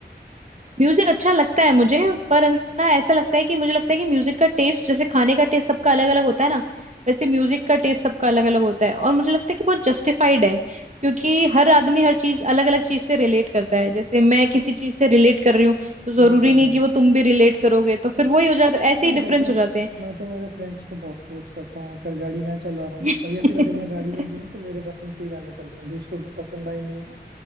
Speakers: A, on the right (about 40°); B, on the right (about 75°).
A: म्यूजिक अच्छा लगता है मुझे पर है ना ऐसा लगता है कि मुझे लगता है कि म्यूजिक का टेस्ट जैसे खाने का टेस्ट सबका अलग अलग होता है ना वैसे म्यूजिक का टेस्ट सबका अलग अलग होता है और मुझे लगता है कि बहुत जस्टिफाइड है क्योंकि हर आदमी हर चीज अलग अलग चीज से रिलेट करता है जैसे मैं किसी चीज से रिलेट कर रही हूँ तो
B: वो
A: जरूरी
B: तो है
A: नहीं कि वो तुम भी रिलेट करोगे तो फिर वही हो जाता है ऐसे
B: यार
A: ही डिफरेंस
B: देखो
A: हो जाते
B: मैं तो मेरे फ्रेंड्स को बहुत फोर्स करता हूँ अगर गाड़ी में चला रहा हूँ
A: हैं
B: और या
A: <laughs>
B: फिर अगर मैं गाड़ी में भी हूँ तो मेरे पसंद के ही गाने चलते हैं दूसरों को पसंद आए नहीं है